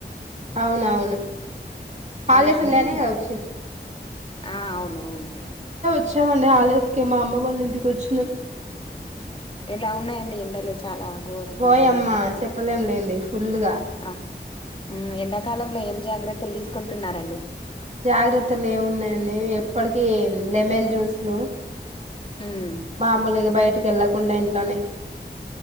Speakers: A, on the right; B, on the left.
A: అవునవును హాలిడేస్
B: అలా అని
A: ఉన్నాయనే కదా వచ్చింది
B: ఆ అవునవును
A: వచ్చమండి హాలిడేస్కి మా అమ్మ వాళ్ళ ఇంటికి వచ్చినం
B: ఎలా ఉన్నాయండి ఎండలు చాలా ఘోరమైన
A: ఓయమ్మ
B: ఎండలు కొడుతున్నాయి
A: చెప్పలేం లేండి ఫుల్గా
B: అ ఉమ్మ్ ఎండాకాలంలో ఏం జాగ్రత్తలు తీసుకుంటున్నారండి
A: జాగ్రత్తలు ఏమున్నాయండి ఎప్పటికీ లెమన్ జ్యూస్లు
B: ఉమ్మ్
A: మామూలుగా బయటకి వెళ్ళకుండా ఇంట్లోనే